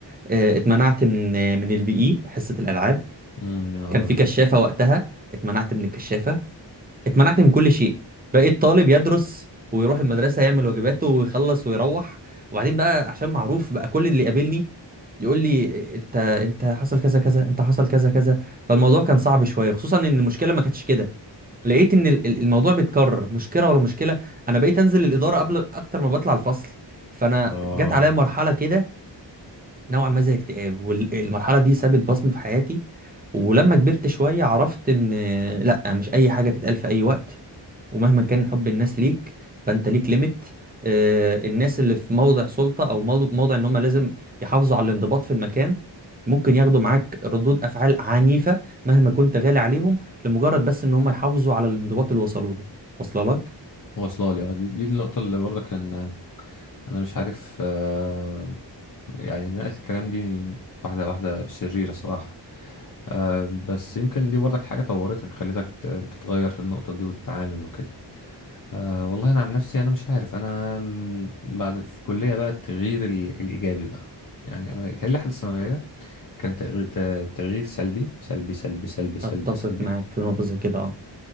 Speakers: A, on the right (about 20°); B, on the left (about 45°).
A: اه، اتمنعت من من البي اي حصه الالعاب
B: امم يا نهار
A: كان في
B: أبيض
A: كشافه وقتها اتمنعت من الكشافه اتمنعت من كل شيء بقيت طالب يدرس ويروح المدرسة يعمل واجباته ويخلص ويروح وبعدين بقى عشان معروف بقى كل اللي يقابلني يقول لي انت انت حصل كذا كذا انت حصل كذا كذا فالموضوع كان صعب شوية خصوصا ان المشكلة ما كانتش كده لقيت ان ال- ال- الموضوع بيتكرر مشكلة ورا مشكلة انا بقيت انزل الإدارة قبل اكتر ما بطلع الفصل فانا
B: اه
A: جت عليا مرحلة كده نوعا ما زي اكتئاب والمرحلة دي سابت بصمة في حياتي ولما كبرت شوية عرفت ان لا مش اي حاجة تتقال في اي وقت ومهما كان حب الناس ليك فانت ليك ليميت آه، الناس اللي في موضع سلطة او مو- موضع ان هم لازم يحافظوا على الانضباط في المكان ممكن ياخدوا معاك ردود افعال عنيفة مهما كنت غالي عليهم لمجرد بس ان هم يحافظوا على الانضباط اللي وصلوا له واصله لك
B: واصلة لي اه دي دي النقطة اللي برضه كان انا مش عارف آه، يعني نهاية الكلام دي واحدة واحدة شريرة صراحة آه، بس يمكن دي برضك حاجة طورتك خلتك ت- تتغير في النقطة دي وتتعامل وكده آه، والله انا عن نفسي انا مش عارف انا م، بعد في الكلية بقى التغيير ال- الايجابي بقى يعني انا يتهيألي لحد الثانوية كان تغيير تغيير سلبي سلبي سلبي سلبي سلبي
A: اتفق
B: سلبي
A: معاك في نقطة زي كده اه